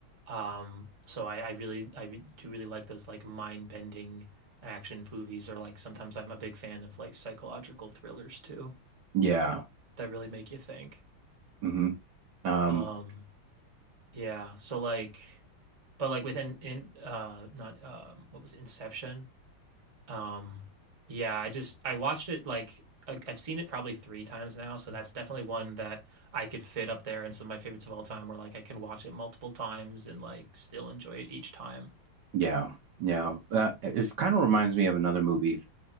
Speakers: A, on the right; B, on the right.
A: Um, so I, I really I do really like those like mind-bending action movies or like sometimes I'm a big fan of like psychological thrillers too
B: Yeah.
A: that really make you think.
B: hmm Um
A: Um, yeah, so like but like within in uh not um what was it, Inception? Um, yeah, I just I watched it like I- I've seen it probably three times now, so that's definitely one that I could fit up there in some of my favorites of all time, where like I can watch it multiple times and like still enjoy it each time.
B: yeah. Yeah. Uh, it it kind of reminds me of another movie